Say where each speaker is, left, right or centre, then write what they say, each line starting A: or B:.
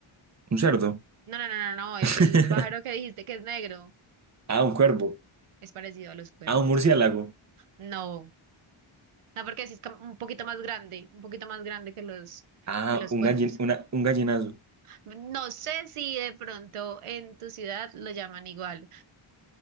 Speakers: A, on the right (about 35°); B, on the right (about 80°).
A: un cerdo.
B: No, no, no, no, no, el,
A: <laughs>
B: el pájaro que dijiste que es negro
A: Ah, un cuervo.
B: es parecido a los cuervos.
A: Ah, un murciélago.
B: sí. No, no, porque sí es como un poquito más grande, un poquito más grande que los,
A: Ah,
B: que los
A: un
B: cuervos.
A: gallin- una- un gallinazo.
B: No sé si de pronto en tu ciudad lo llaman igual.